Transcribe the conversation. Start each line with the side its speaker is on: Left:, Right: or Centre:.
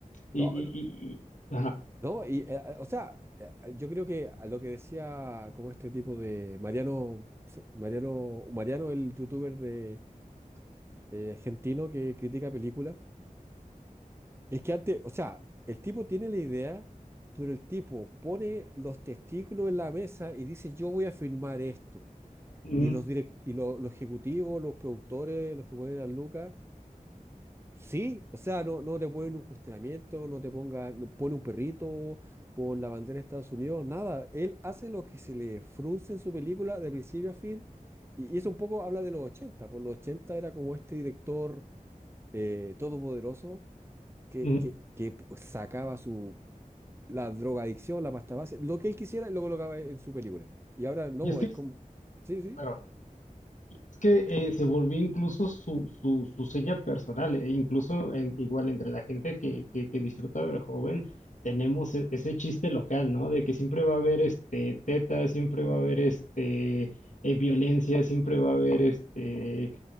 Left: Y,
Right: No,
Left: y, y- y- ajá.
Right: No, y eh, eh, o sea, eh, eh, yo creo que a lo que decía como este tipo de Mariano, F- Mariano, Mariano, el youtuber de eh, argentino que critica películas, es que antes, o sea, el tipo tiene la idea, pero el tipo pone los testículos en la mesa y dice, yo voy a filmar esto.
Left: Ujú,
Right: Y los direct- y lo- los ejecutivos, los productores, los que ponen a Lucas, Sí, o sea, no, no te ponen un cuestionamiento, no te ponga, no pone un perrito, pon la bandera de Estados Unidos, nada. Él hace lo que se le frunce en su película de principio a fin. Y, y eso un poco habla de los 80. por los 80 era como este director eh, todopoderoso que,
Left: ujú.
Right: que, que p- sacaba su, la drogadicción, la pasta base, lo que él quisiera y lo colocaba en su película. Y ahora no,
Left: Y es que,
Right: es como, sí, sí,
Left: claro, es que eh, se volvió incluso su, su, su seña personal, e incluso en- igual entre la gente que, que, que disfruta del joven, tenemos e- ese chiste local, ¿no? De que siempre va a haber este teta, siempre va a haber este eh, violencia, siempre va a haber este